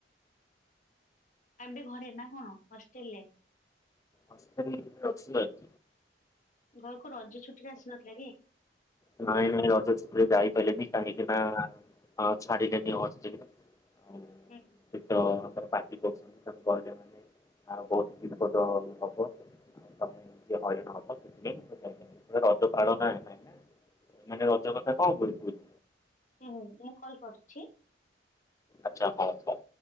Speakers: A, on the left; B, on the left.
A: ଆମବେ ଘରେ ନା କଣ ହଷ୍ଟେଲରେ
B: ହଷ୍ଟେଲ ରେ ଅଛି ଆଉ।
A: ଘରକୁ ରଜ ଛୁଟିରେ ଆସିନଥିଲା କି?
B: ନାଇଁ ନାଇଁ ରଜ ଚୁଟି ରେ ଯାଇ ପାରିଲିନି। କାହିଁକିନା ଛାଡିକେ ନି ବସିଛିିକନା ଆଉ
A: ହୁଁ ହୁଁ
B: ଶୀତ ପାଟି କଛନ୍ତି ସବୁ କହିଲେ ମାନେ ଆ ବହୁତ ବିପଦ ହବ। ତମେ ହଇରାଣ ହବ ସେଥି ପାଇଁ ରଜ ପାଳନା ଏ ପାଇଁାଇ ନା ମାନେ ରଜ କଥା କଣ କୁ କହୁଛି।
A: ହୁଁ ହୁଁ ମୁଁ କଲ୍ କରୁଛି।
B: ଆଚ୍ଛା ହଁ ହ।